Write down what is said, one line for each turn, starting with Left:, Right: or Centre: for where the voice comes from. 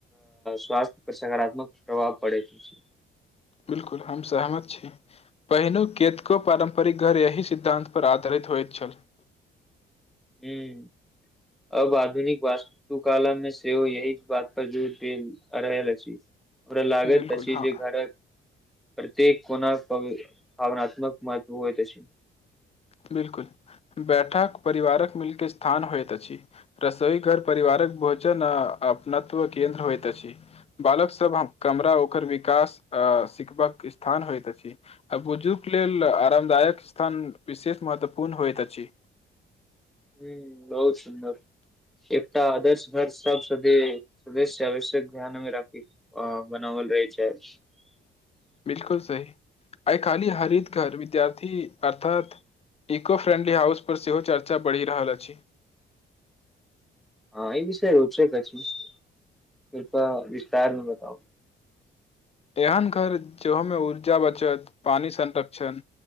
Centre: स्वासथ्य पर सकारात्मक प्रभाव पड़े। <unintelligible>
Left: बिलकुल हम सहमत छी पहिनु केतको पारम्परिक घर एहि सिद्धानं्तपर आधारित होइत छल। <unintelligible>
Centre: ह अब आधुनिक वास्तुकालमे सेहो यही बात पर जोर द रहल अछि। <unintelligible> हमरा लागे
Left: बिल्कुल
Centre: पछी
Left: हँ
Centre: जे घर। <unintelligible> प्रत्येक कोना- भावनात्मक महत्व होइ त छै। <unintelligible>
Left: बिलकुल बैठक परिवारक मिलके स्थान होइत अछि रसोई घर परिवारक भोजन आ अपत्व केन्द्र होइत अछि बालक सब कमरा ओकर विकास आ सिखबाक स्थान होइत अछि आ बुजुर्ग लेल आरामदायक स्थान। <unintelligible> विशेष महत्वपूर्ण होइत अछि। <unintelligible>
Centre: हूं बहुत सुन्दर एकटा आदर्श घर सब स सदस्य आवश्यक ध्यान मे राखि बनावल रहै छै। <unintelligible>
Left: बिलकुल सही आइ खाली हरित घर विद्यार्थी अर्थात इको फ्रेंडली हाउस पर सेहो चर्चा बढ़ि रहल अछि। <unintelligible>
Centre: हँ ई विषय रूप छै कचछमे कृपा विस्तारमे बताउ। <unintelligible>
Left: एहन घर जेहोमे ऊर्जा बचत पानी संरक्षण